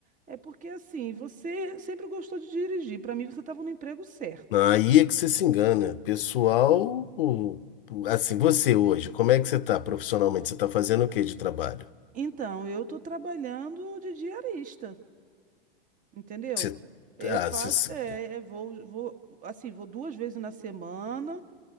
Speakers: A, on the right; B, on the left.
A: É porque, assim, você sempre gostou de dirigir. Para mim, você estava no emprego certo.
B: Aí é que você se engana. Pessoal, o- o- assim, você hoje, como é que você tá profissionalmente? Você tá fazendo o que de trabalho?
A: Então, eu tô trabalhando de diarista. Entendeu?
B: Você,
A: Eu
B: ah,
A: faço,
B: você, se-
A: é, é, vou, vou, assim, vou duas vezes na semana,